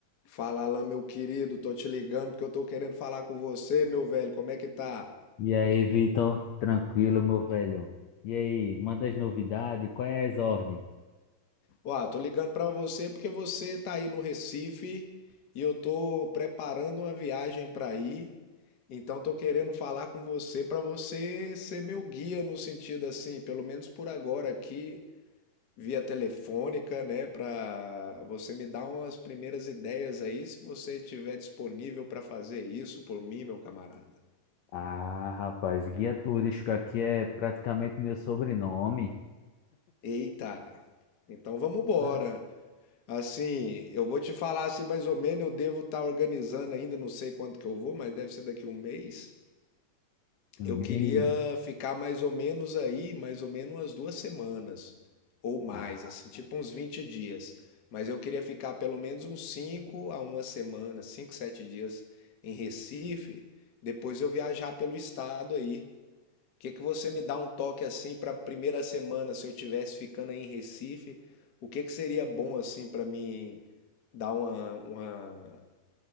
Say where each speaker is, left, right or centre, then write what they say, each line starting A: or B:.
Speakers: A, on the left (about 50°); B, on the left (about 70°).
A: Fala lá, meu querido, tô te ligando porque eu tô querendo falar com você, meu velho, como é que tá?
B: E aí, Vitor? Tranquilo, meu velho? E aí, manda as novidades? Qual é as ordens?
A: Ó, tô ligando pra você porque você tá aí no Recife e eu tô preparando uma viagem pra ir. Então tô querendo falar com você pra você ser meu guia no sentido assim, pelo menos por agora aqui, via telefônica, né, Pra você me dar umas primeiras ideias aí, se você tiver disponível pra fazer isso por mim, meu camarada.
B: Ah, rapaz, guia turístico aqui é praticamente meu sobrenome.
A: Eita. Então vamos embora.
B: Ah,
A: Assim, eu vou te falar assim mais ou menos, eu devo estar organizando ainda, não sei quanto que eu vou, mas deve ser daqui um mês. Eu
B: Meio.
A: queria ficar mais ou menos aí, mais ou menos umas duas semanas ou mais,
B: Ah,
A: assim, tipo uns 20 dias. Mas eu queria ficar pelo menos uns 5 a uma semana, 5 7 dias em Recife, depois eu viajar pelo estado aí. O que que você me dá um toque assim para a primeira semana, se eu tivesse ficando aí em Recife? O que que seria bom assim para mim? dar uma, uma...